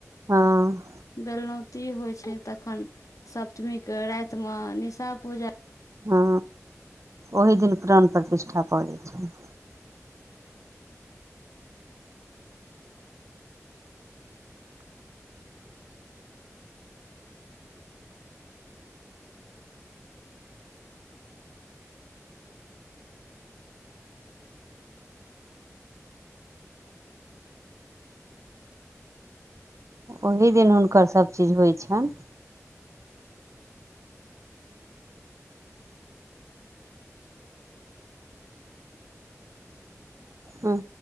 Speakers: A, on the right (about 65°); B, on the left (about 85°).
A: हँ
B: बेलनौती हो छै तखन सप्तमी के राति में निशा पूजा
A: हँ ओहि दिन प्राण प्रतिष्ठा पड़ै छय ओही दिन हुनकर सभ चीज होइ छन हँ।